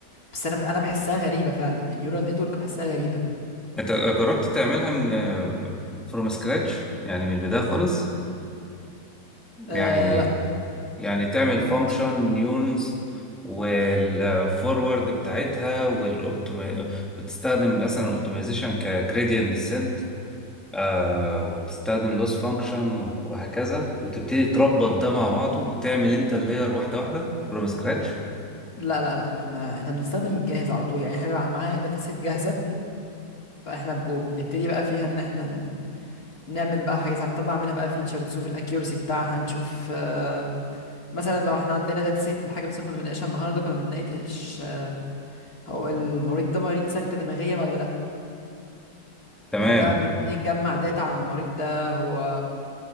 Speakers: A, on the left (about 55°); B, in the centre.
A: بس انا انا بحسها غريبه فعلا النيورال نتورك بحسها غريبه
B: انت جربت تعملها من فروم سكراتش يعني من البداية خالص يعني
A: أه لا
B: يعني تعمل
A: ما اعتقدش
B: فانكشن نيونز والفورورد بتاعتها والأوبتومي... وتستخدم مثلا الاوبتمايزيشن كجريدينت ديسنت آه وتستخدم لوس فانكشن وهكذا وتبتدي تربط ده مع بعضه وتعمل انت اللاير واحدة واحدة فروم سكراتش
A: لا لا لا ما بن... احنا بنستخدم جاهز على طول يعني احنا بيبقى معانا داتا سيت جاهزه فاحنا ب- وبنبتدي بقى فيها ان احنا نعمل بقى حاجات هنطلع منها بقى فيتشرز نشوف الاكيورسي بتاعها نشوف آه، مثلا لو احنا عندنا داتا سيت لحاجه مثلا كنا بنناقشها النهارده كنا بنناقش آه، هو المريض ده مريض سكته دماغيه ولا لا
B: تمام
A: كنا بقى بنبتدي نجمع داتا عن المريض ده هو